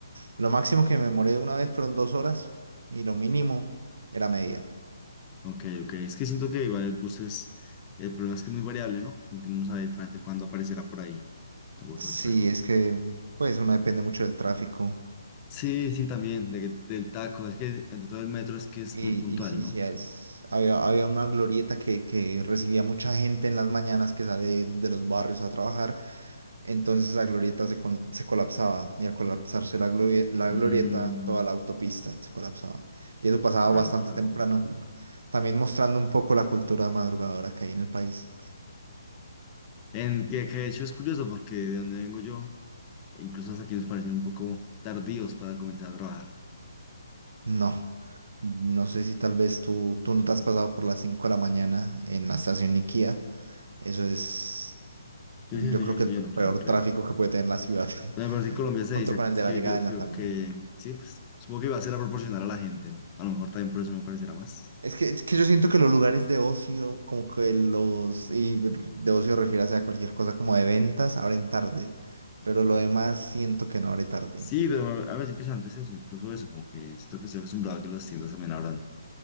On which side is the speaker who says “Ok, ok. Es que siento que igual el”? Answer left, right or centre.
Left